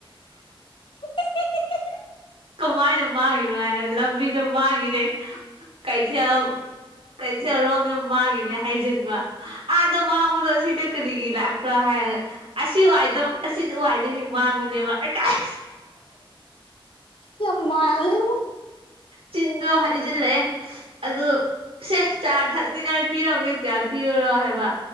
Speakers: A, on the left; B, on the right.
A: <unintelligible>
B: ꯀꯃꯥꯏꯅ ꯃꯥꯡꯉꯤꯅꯣ ꯍꯥꯏꯔ ꯂꯝꯕꯤꯗꯣ ꯃꯥꯡꯉꯤꯅꯦ ꯀꯩꯊꯦꯜ ꯀꯩꯊꯦꯜꯔꯣꯝꯗ ꯃꯥꯡꯉꯤꯅꯦ ꯍꯥꯏꯖꯤꯟꯕ ꯑꯥꯗ ꯃꯥꯡꯕꯗꯣ ꯑꯁꯤꯗ ꯀꯔꯤꯒꯤ ꯂꯥꯛ ꯄ꯭ꯔꯥ ꯍꯥꯏꯔꯒ ꯑꯁꯤ ꯋꯥꯏꯗꯣ ꯑꯁꯤꯗ ꯋꯥꯏꯗꯒꯤ ꯃꯥꯡꯕꯅꯦꯕ ꯀꯥꯏ
A: ꯌꯣꯝ ꯃꯥꯜꯂꯦ
B: ꯆꯤꯟꯗꯨ ꯍꯩꯖꯤꯟꯂꯦ ꯑꯗꯨ ꯁꯦ ꯆꯥ ꯊꯛꯅꯤꯡꯉꯥꯏ ꯄꯤꯔꯝꯒꯦ ꯀꯌꯥ ꯄꯤꯌꯨꯔꯣ ꯍꯥꯏꯕ